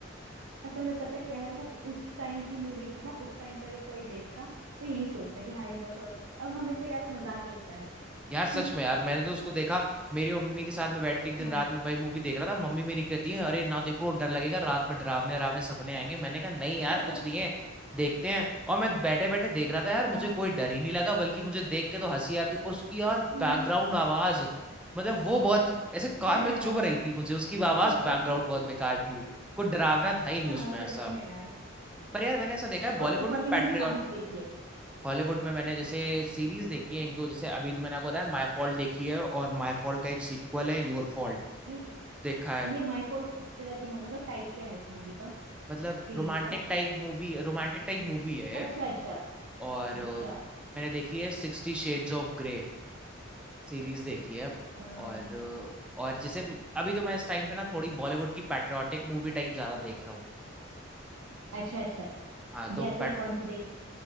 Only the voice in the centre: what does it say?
यार सच
में यार मैंने तो उसको देखा मेरी मम्मी के साथ में बैठ के एक दिन
रात में भाई मूवी देख रहा था मम्मी मेरी कहती है अरे ना देखो डर लगेगा रात में डरावने डरावने सपने आएंगे मैंने कहा नहीं यार
कुछ नहीं है देखते हैं और मैं बैठे बैठे देख रहा था यार मुझे
कोई डर ही नहीं लगा बल्कि मुझे देख के तो हंसी आ रही थी और उसकी यार बैकग्राउंड
आवाज मतलब वो बहुत ऐसे कान
में चुभ
रही
थी मुझे उसकी आवाज
बैकग्राउंड बहुत बेकार थी कोई डरावना था ही नहीं
उसमें
ऐसा
पर यार मैंने ऐसा देखा है बॉलीवुड
में पैट्रियट
हॉलीवुड में मैंने जैसे सीरीज देखी है एक दो जैसे अभी तो मैंने आपको बताया माय फॉल्ट देखी है और माय फॉल्ट का एक सीक्वल है योर फॉल्ट
देखा है
मतलब
romantic
type movie romantic type movie है
और अ,
मैंने देखी है sixty shades of grey series देखी है और
अ, और जैसे अभी तो मैं इस टाइम पे ना थोड़ी बॉलीवुड की पैट्रियाटिक मूवी टाइप ज्यादा देख रहा हूँ
हाँ तो
पैट